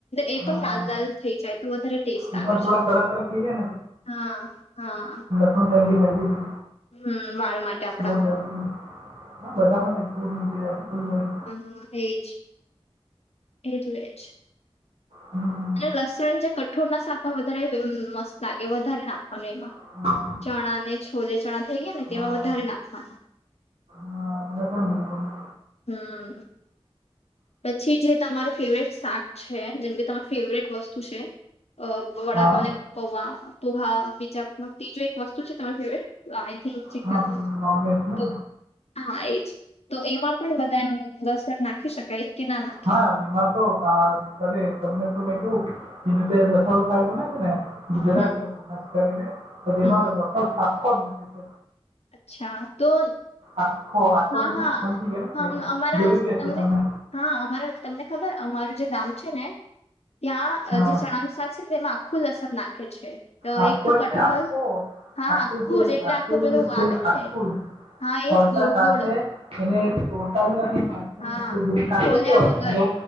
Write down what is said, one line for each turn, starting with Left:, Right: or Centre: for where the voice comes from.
Left: એ પણ
Right: હા
Left: લાલ લાલ થઈ જાય તો વધારે ટેસ્ટ
Right: એ
Left: આવે
Right: પણ થોડા
Left: છે
Right: કડક કડક થઈ જાય
Left: હા હા
Right: ખ ટાઈમ બ હેલ્દી છે
Left: હમ વાળ માટે આપડા
Right: બહ જલ્દી હતી હા બધામાં જું ફુલી
Left: હ એજ એટ એજ
Right: હમ
Left: અને લસણ જે કઠોળ ના શાક માં વધારે મસ્ત લાગે વધારે નાખવાનું એમાં
Right: <unintelligible>
Left: ચણા ને છોલે ચણા થઈ ગયા ને તેમાં
Right: હા
Left: વધારે નાખવાના
Right: હા પણ ગમે
Left: હમ પછી જે તમારું ફેવરેટ શાક છે જેમ કે તમારી ફેવરેટ વસ્તુ છે વડાપાવને
Right: હા
Left: પૌવા પોહા બીજા ત્રીજું એક વસ્તુ છે તમારી ફેવરેટ આઈ થિક ચિકન
Right: હા પેલું નોનવેજ ને
Left: તો હા એજ તો એમાં પણ બધા એમ લસણ નાખી શકાય કે ના નાખે
Right: હા એમાં તો અરે તમને તો મે કેવું એ રીતે રસોડું સા બને છે ને
Left: હમ
Right: ગુજરાતી ખાસ કરીને તો તેમાં
Left: હમ હમ
Right: લસણ આખો જ નાખ
Left: અચ્છા તો.
Right: આખો
Left: હા
Right: આખો તમને
Left: હા
Right: સમજી ગયો ને
Left: હમ
Right: કેવ
Left: અમારા
Right: જોયું
Left: તમને
Right: બી હશે તમે.
Left: હા અમારા તમને ખબર અમારું જે ગામ છે ને. ત્યાં
Right: હા
Left: જે ચણાનું શાક છે ને તેમાં આખું લસણ નાખે છે. તો
Right: આખો
Left: એક તો
Right: એટલે
Left: કટહલ
Right: આખો
Left: હા
Right: આખું જે
Left: જ એટલે
Right: આખું
Left: પેલું આવે ને
Right: આખું.
Left: હા
Right: છોલતા
Left: એજ ગોળ
Right: સાથે
Left: ગોળ
Right: એને તોડતા બી નથી ને
Left: હા
Right: કાંદો
Left: છોલ્યા
Right: કેવા
Left: વગર
Right: કાંદો